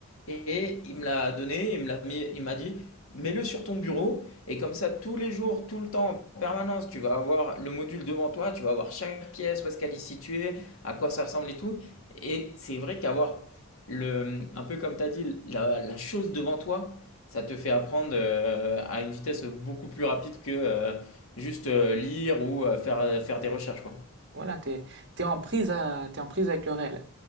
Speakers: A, on the left; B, on the right.
A: Et il me l'a donné, il me l'a mis, il m'a dit, mets-le sur ton bureau et comme ça tous les jours, tout le temps, en permanence, tu vas avoir le module devant toi, tu vas avoir chaque pièce, où est-ce qu'elle est située, à quoi ça ressemble et tout. Et c'est vrai qu'avoir le, un peu comme tu as dit, la, la chose devant toi, ça te fait apprendre euh, à une vitesse beaucoup plus rapide que euh, juste euh, lire ou euh, faire, faire des recherches, quoi.
B: Voilà, t'es, t'es en prise à- t'es en prise avec le réel.